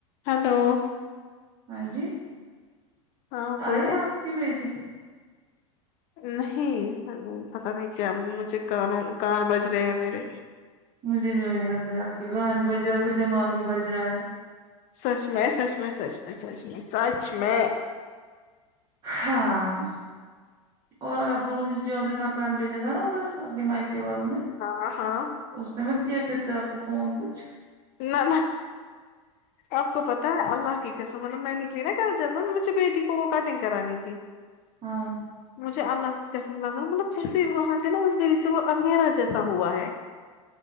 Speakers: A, on the left (about 45°); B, on the right (about 30°).
A: ہیلو
B: ہاں جی
A: ہاں بولو
B: آئی آپ کی بیٹی
A: نہیں پتا نہیں کیا مجھے کانوں کار بج رہے ہیں میرے
B: مجھے بھی وہی لگ رہا ہے آپ کے گان بھی بج رہا ہے آپ کا دماغ بھی بج رہا ہے
A: سچ میں سچ میں سچ میں سچ میں سچ میں
B: ہاں اور آپ بولو مجھے جو اپ نے مکان بیچا تھا نا ادھر اپ کے مائکے والو نے
A: ہاں ہاں
B: اس نے مت کیا پھر سے آپ کو فون کچھ
A: نہ نہ آپ کو پتا ہے اللہ کی قسم مطلب میں نکلی نا کل جانا مجھے بیٹی کو وہ کٹنگ کرانی تھی
B: ہاں
A: مجھے اللہ کی قسم لگا مطلب جیسے وہاں سے نا اس گری سے وہ اندھیرا جیسا ہوا ہے